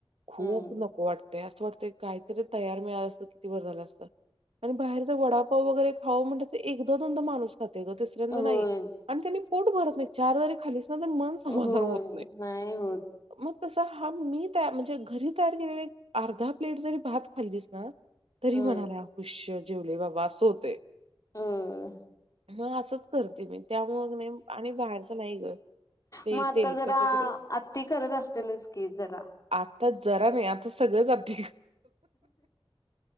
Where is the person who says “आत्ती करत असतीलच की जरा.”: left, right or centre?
Left